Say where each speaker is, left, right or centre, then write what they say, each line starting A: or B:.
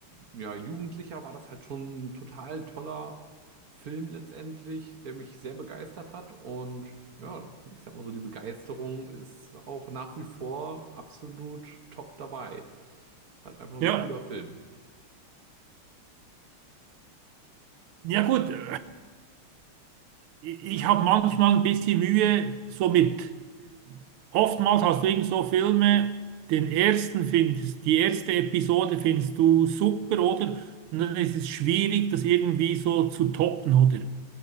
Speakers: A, on the right (about 50°); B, on the right (about 80°).
A: ja, Jugendlicher war das halt schon ein total toller Film letztendlich, der mich sehr begeistert hat. Und ja, ich sag mal so, die Begeisterung ist auch nach wie vor absolut top dabei. Ist halt einfach ein
B: Ja.
A: cooler Film.
B: Ja gut, äh, ich, ich habe manchmal ein bisschen Mühe, so mit, oftmals hast du irgend so Filme, den ersten findest, die erste Episode findest du super, oder? Und dann ist es schwierig, das irgendwie so zu toppen, oder?